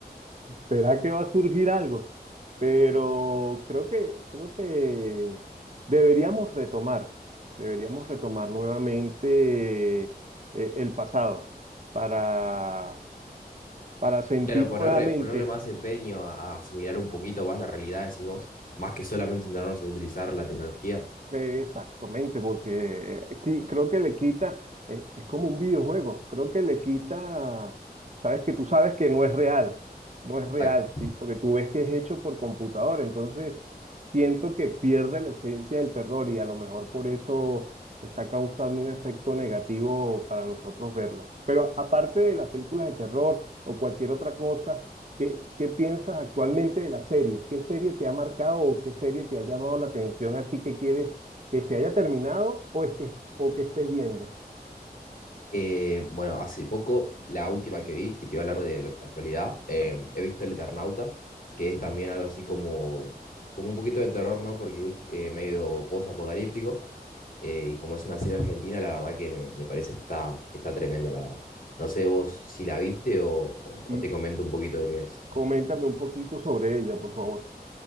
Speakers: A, on the right (about 45°); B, on the left (about 55°).
A: ¿Será que va a surgir algo? Pero creo que, creo que deberíamos retomar, deberíamos retomar nuevamente eh, el pasado para, para sentir
B: Claro, ponerle,
A: nuevamente
B: ponerle más empeño a, a asimilar un poquito más la realidad, decís vos, más que solamente centrarnos en utilizar la tecnología.
A: Eh, Exactamente, porque qui- creo que le quita, eh, es como un videojuego, creo que le quita, sabes que tú sabes que no es real, no es
B: Exacto.
A: real, sí, porque tú ves que es hecho por computador, entonces siento que pierde la esencia del terror y a lo mejor por eso está causando un efecto negativo para nosotros verla. Pero aparte de las películas de terror o cualquier otra cosa, ¿qué, qué piensas actualmente de las series? ¿Qué serie te ha marcado o qué serie te ha llamado la atención así que quieres? que se haya terminado o, es que, o que estés viendo.
B: Eh, bueno, hace poco, la última que vi, que te iba a hablar de, de actualidad, eh, he visto El Eternauta, que es también algo así como, como un poquito de terror, ¿no? Porque es eh, medio post-apocalíptico. Eh, y como es una serie argentina, la verdad que me, me parece que está, que está tremenda, la verdad. No sé vos si la viste o, o-
A: Mm,
B: o te comento un poquito de qué es.
A: Coméntame un poquito sobre ella, por favor.